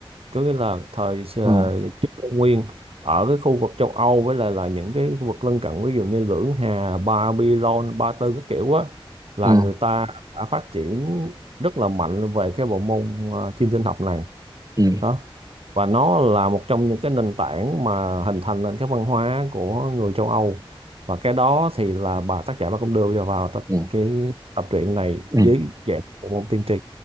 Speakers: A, on the right; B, on the right.
A: có nghĩa là thời ờ,
B: ừ
A: trước công nguyên ở cái khu vực châu Âu với lại là những cái khu vực lân cận ví dụ như Lưỡng Hà, Babylon, Ba Tư các kiểu á là
B: ừ
A: người ta đã phát triển rất là mạnh về cái bộ môn ờ, chiêm tinh học này
B: Ừ,
A: đó và nó là một trong những cái nền tảng mà hình thành nền cái văn hóa của người châu Âu và cái đó thì là bà tác giả bà cũng đưa vào vào tập,
B: ừ,
A: cái tập truyện này
B: ừ,
A: dưới dạng của môn tiên tri